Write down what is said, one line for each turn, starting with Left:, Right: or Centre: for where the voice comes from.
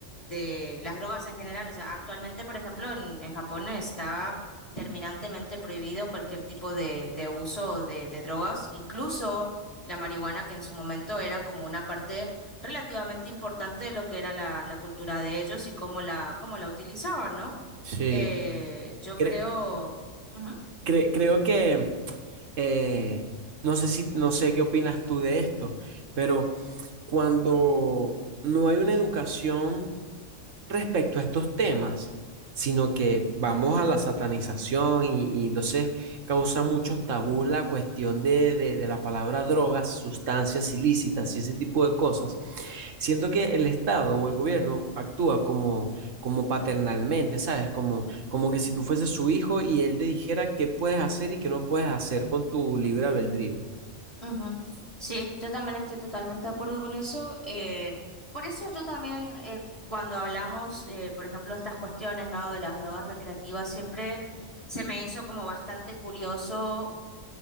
Left: de las drogas en general. O sea, actualmente, por ejemplo, en, en Japón está terminantemente prohibido cualquier tipo de, de uso de, de drogas, incluso la marihuana, que en su momento era como una parte relativamente importante de lo que era la, la cultura de ellos y cómo la, cómo la utilizaban, ¿no?
Right: Sí.
Left: Eh, yo
Right: Cre-
Left: creo... Ujú.
Right: cre- creo que eh, no sé si, no sé qué opinas tú de esto, pero cuando no hay una educación respecto a estos temas, sino que vamos a la satanización y, y entonces causa muchos tabús la cuestión de, de de la palabra drogas, sustancias ilícitas y ese tipo de cosas, Siento que el Estado o el gobierno actúa como, como paternalmente, ¿sabes? Como, como
Left: Ujú,
Right: que si tú fueses su hijo y él te dijera qué puedes hacer y qué no puedes hacer con tu libre
Left: ujú.
Right: albedrío.
Left: Ujú. Sí, yo también estoy totalmente de acuerdo con eso. eh, por eso yo también, eh, cuando hablamos, eh, por ejemplo, de estas cuestiones, ¿no? De las drogas recreativas, siempre se me hizo como bastante curioso